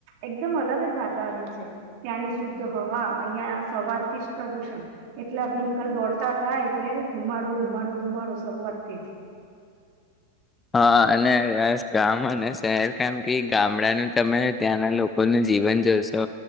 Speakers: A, on the right (about 55°); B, on the left (about 20°).
A: એકદમ અલગ જ વાતાવરણ છે ત્યાંની શુદ્ધ હવા અહિયાં સવારથી જ પ્રદુષણ એટલા વ્હકલ દોડતા થાય એટલે ધુમાડો ધુમાડો ધુમાડો શરૂઆત થઈ.
B: હા અને ગામ અને શહેર કારમ કે ગામડાનું તમે ત્યાંના લોકોનું જીવન જોશો